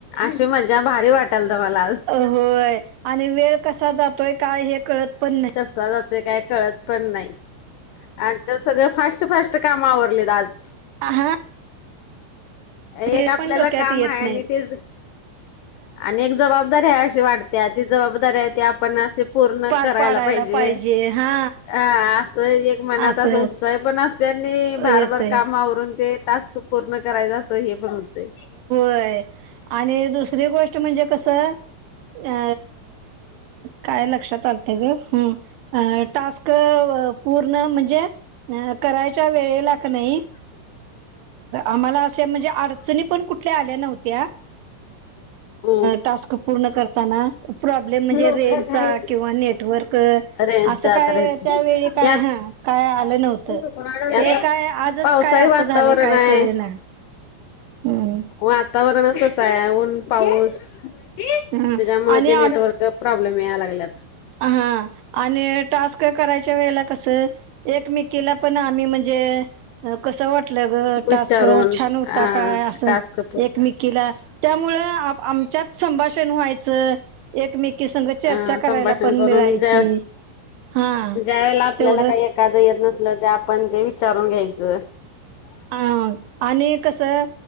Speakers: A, on the left (about 85°); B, on the right (about 75°).
A: अशी मज्जा भारी वाटालत मला आज
B: अ, होय आणि वेळ कसा जातोय काय हे कळतच नाही
A: कसला जाते काय कळत पण नाही आणि त्या सगळ फास्ट फास्ट काम आवरलेत आज
B: हा
A: एक
B: हे
A: आपल्याला
B: पण डोक्यात
A: काम
B: येत
A: आहे
B: नाही
A: आणि ते आणि एक जबाबदारी आहे अशी वाटते ती जबाबदारी आहे त आपण असे पूर्ण
B: पार
A: करायला
B: पाडायला
A: पाहिजे
B: हा
A: अ अस एक मनात
B: असं
A: अस उत्साही पण असत त्यांनी भारभार
B: येतय
A: काम आवरुन ते टास्क पूर्ण करायच अस हे पण होतंय
B: होय आणि दुसरी गोष्ट म्हणजे कस अ काय लक्षात आल ह टास्क पूर्ण म्हणजे अ करायच्या वेळेला किनाय आमला असे अड सुनी पण कुठल्या आल्या नव्हत्या.
A: अ
B: टास्क पूर्ण करताना प्रॉब्लेम म्हणजे
A: लोकय
B: रेंजचा किंवा नेटवर्क
A: <inaudible> अरे
B: असं
A: जात
B: काय
A: रेच
B: त्यावेळी काय
A: यात
B: हा काय आलं नव्हतं.
A: <inaudible>
B: हे काय आजच
A: पावसाळी
B: काय असं
A: वातावरण
B: झालंय काय
A: आहे.
B: कळेना. हम्म
A: वातावरण तसं आहे ऊन पाऊस... त्याच्यामुळे
B: हा आणि
A: ते नेटवर्क प्रॉब्लेम याला लागलाय.
B: हां, अन टास्क करायच्या वेळेला कसं... एकमेकांना पण आम्ही म्हणजे कसं वाटलं गं
A: विचारून
B: टास्क छान होता
A: अ
B: काय असं.
A: टास्क
B: एकमेकीला, त्यामुळं आमच्यात संभाषण व्हायचं. एकमेकीसंघ चर्चा
A: अ
B: करायला
A: संभाषण
B: पण
A: करून
B: मिळायची
A: ज्या
B: हां,
A: ज्या वेळेला आपल्याला
B: तेवढंच,
A: काही एखादं येत नसल ते आपण ते विचारून घ्यायचं.
B: हां, आणि कसं